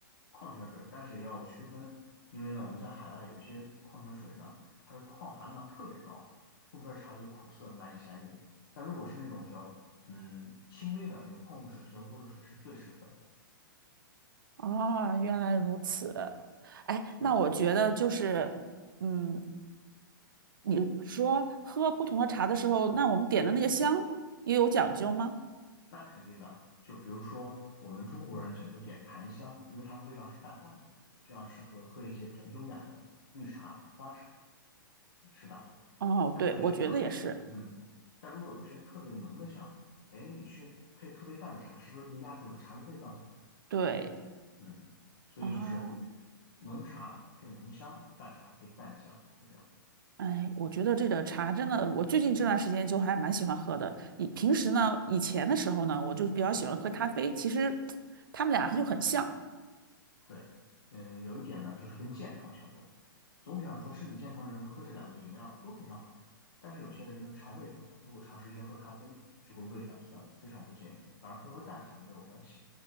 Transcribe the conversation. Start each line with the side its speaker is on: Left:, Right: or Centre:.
Left: 矿泉水，但是也要区分，因为呢，我们在海外有一些矿泉水呢，它的矿含量特别高，冲出来茶就苦涩难以下咽。但如果是那种比较嗯轻微的那个矿物质比较多的水，是最适合的。
Right: 哦，原来如此。哎，
Left: 对，
Right: 那我觉得就是，嗯，你说喝不同的茶的时候，那我们点的那个香也有讲究吗？
Left: 那肯定的。就比如说我们中国人讲究点檀香，因为它味道是淡淡的，这样适合喝一些比较优雅的绿茶、花茶，是吧？
Right: 哦，
Left: 但是有些特别嗯，
Right: 对，我觉得也是，
Left: 但如果有些特别浓的香，哎，你去配特别淡的茶，是不是就压住了茶的味道？
Right: 对，
Left: 嗯，所以就是
Right: 哦，
Left: 浓茶配浓香，淡茶配淡香，就这样。
Right: 哎，我觉得这个茶真的，我最近这段时间就还蛮喜欢喝的。以平时呢，以前的时候呢，我就比较喜欢喝咖啡，其实 <tsk> 他们俩就很像。
Left: 对，嗯，有一点呢，就是跟健康相关。总体上说，身体健康的人喝这两个饮料都非常好，但是有些人呢，肠胃不好，如果长时间喝咖啡就会胃反酸，非常不建议。反而喝喝淡茶没有关系，